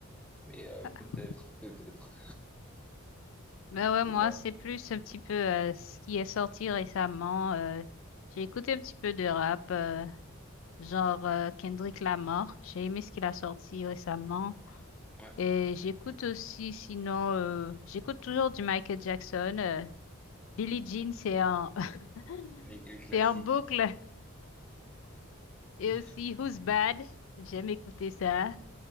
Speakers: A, in the centre; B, on the left.
A: mais euh,
B: <laughs>
A: peut-être, peut-être.
B: Ben ouais, moi,
A: C'est ça.
B: c'est plus un petit peu euh, ce qui est sorti récemment. euh, j'ai écouté un petit peu de rap, euh, genre euh, Kendrick Lamar. J'ai aimé ce qu'il a sorti récemment.
A: Ouais,
B: Et j'écoute aussi, sinon, euh, j'écoute toujours du Michael Jackson. euh, Billie Jean, c'est en, <laughs>
A: les, les classiques.
B: c'est en boucle. Et
A: <laughs>
B: aussi Who's Bad. J'aime écouter ça.